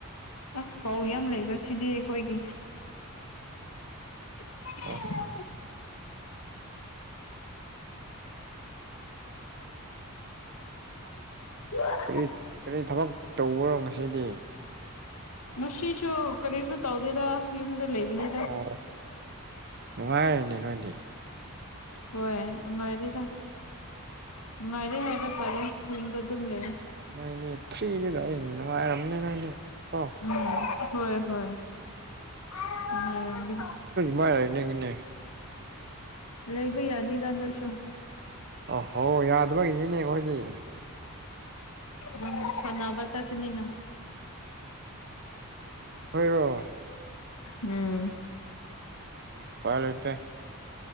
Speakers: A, on the left; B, on the right.
A: ꯑꯁ ꯄꯥꯎ ꯌꯥꯝ ꯂꯩꯕ ꯁꯤꯗꯤ ꯑꯩꯈꯣꯏꯒꯤ <unintelligible>
B: ꯑꯣ
A: <unintelligible>
B: ꯀꯔꯤꯠ ꯀꯔꯤ ꯊꯕꯛ ꯇꯧꯕ꯭ꯔꯣ ꯉꯁꯤꯗꯤ
A: ꯉꯁꯤꯁꯨ ꯀꯔꯤꯁꯨ ꯇꯧꯗꯦꯗ ꯌꯨꯝꯗ ꯂꯩꯕꯤꯅꯤ
B: ꯑꯣ ꯅꯨꯡꯉꯥꯏꯔꯦꯅꯦ ꯅꯣꯏꯗꯤ
A: ꯍꯣꯏ ꯅꯨꯡꯉꯥꯏꯔꯦꯗ ꯅꯨꯡꯉꯥꯏꯔꯦ ꯍꯥꯏꯕ ꯇꯥꯔꯦ ꯌꯨꯝꯗ ꯑꯗꯨꯝ ꯂꯩꯔꯦ
B: ꯅꯣꯏꯅꯤ ꯐ꯭ꯔꯤꯗ ꯂꯩꯔꯦ ꯅꯨꯡꯉꯥꯏꯔꯝꯅꯤ ꯅꯣꯏꯅꯤ ꯀꯣ
A: ꯎꯝ ꯍꯣꯏ ꯍꯣꯏ ꯅꯨꯡꯉꯥꯏꯔꯝꯒꯅꯤ
B: ꯃꯥꯏ ꯑꯣꯏ ꯅꯤꯡꯉꯤꯅ°
A: ꯂꯩꯕ ꯌꯥꯅꯤꯗ ꯅꯣꯏꯁꯨ
B: ꯑꯣꯍꯣ ꯌꯥꯗꯕꯒꯤꯅꯤꯅꯦ ꯑꯩꯈꯣꯏꯗꯤ
A: ꯎꯝ ꯁꯥꯅꯕ ꯆꯠꯀꯅꯤꯅ
B: ꯑꯩꯈꯣꯏꯔꯣ
A: ꯎꯝ
B: ꯎꯄꯥꯏ ꯂꯩꯇꯦ